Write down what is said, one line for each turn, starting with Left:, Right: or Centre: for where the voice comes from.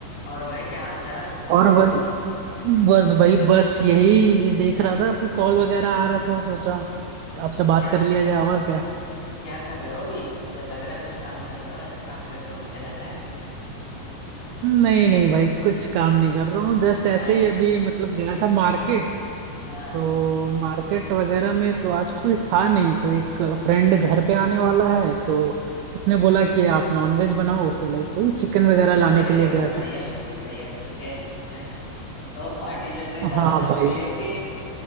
Left: और भाई क्या हाल चाल
Right: और भाई बस भाई बस यही ये देख रहा था आपके कॉल वगैरह आ रहे थे तो सोचा आपसे बात
Left: क्या
Right: कर लिया जाए और क्या
Left: क्या कर रहे हो अभी कोई लग रहा है कुछ काम कर रहे हो ऐस- आपके टोन से लग रहा है
Right: नहीं नहीं भाई कुछ काम नहीं कर रहा हूँ जस्ट ऐसे
Left: माइंड
Right: ही अभी मतलब गया था मार्केट
Left: हाँ
Right: तो मार्केट वगैरह में तो आज कोई था नहीं तो एक फ्रेंड घर पे आने वाला है तो उसने बोला कि आप नॉनवेज बनाओ तो लाइक वही चिकन वगैरह
Left: अरे
Right: लाने के लिए गया
Left: बढ़िया
Right: था
Left: भाई बढ़िया चिकन तो पार्टी चल रही
Right: हाँ
Left: दारू शारू
Right: भाई
Left: भी है कि